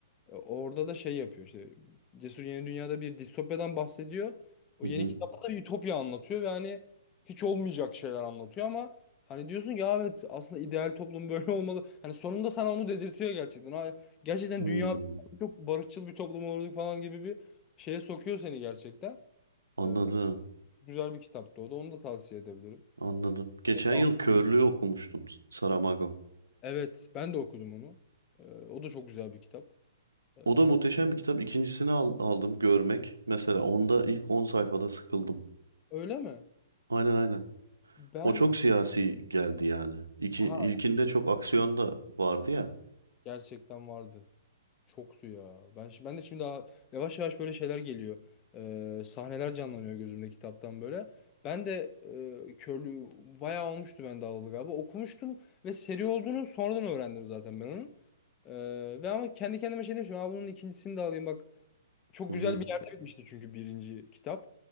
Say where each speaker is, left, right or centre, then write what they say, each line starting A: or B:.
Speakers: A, on the left; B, on the right.
A: E, orada da şey yapıyor işte Cesur Yeni Dünya'da bir distopyadan bahsediyor. O
B: Hı
A: yeni
B: hı.
A: kitapta da bir ütopya anlatıyor ve hani hiç olmayacak şeyler anlatıyor ama hani diyorsun ki "Ya evet aslında ideal toplum <laughs> böyle olmalı. Hani sonunda sana onu dedirtiyor gerçekten. Ha, gerçekten
B: Hmm.
A: dünya çok barışçıl bir toplum olurduk falan gibi bir şeye sokuyor seni gerçekten.
B: Anladım.
A: Ee, güzel bir kitaptı o da onu da tavsiye edebilirim.
B: Anladım. Geçen
A: Peki
B: yıl Körlüğü okumuştum. Saramago.
A: Evet, ben de okudum onu. Ee, o da çok güzel bir kitap. Ee,
B: O da muhteşem bir kitap. İkincisini al- aldım. Görmek. Mesela onda ilk 10 sayfada sıkıldım.
A: öyle mi?
B: Aynen aynen.
A: Ben
B: O çok siyasi geldi yani. İki,
A: ha
B: ilkinde çok aksiyon da vardı ya.
A: gerçekten vardı. Çoktu ya. Ben şi- ben de şimdi daha yavaş yavaş böyle şeyler geliyor. Ee, sahneler canlanıyor gözümde kitaptan böyle. Ben de e, körlüğü bayağı olmuştu ben de alalı galiba. Okumuştum ve seri olduğunu sonradan öğrendim zaten ben onun. Ee, ve ama kendi kendime şey demiştim. Aa, bunun ikincisini de alayım bak. Çok
B: Hı
A: güzel
B: hı.
A: bir yerde bitmişti çünkü birinci kitap.